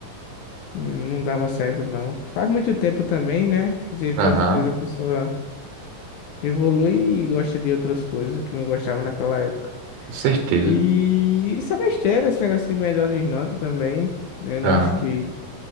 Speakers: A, on the left; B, on the right.
A: hum, não dava certo, não. Faz muito tempo também, né? Às vezes
B: Aham,
A: às vezes a pessoa evolui e gosta de outras coisas que não gostava naquela época.
B: com certeza.
A: E isso é besteira, esse negócio de melhores notas também. né? Eu
B: Aham.
A: não acho que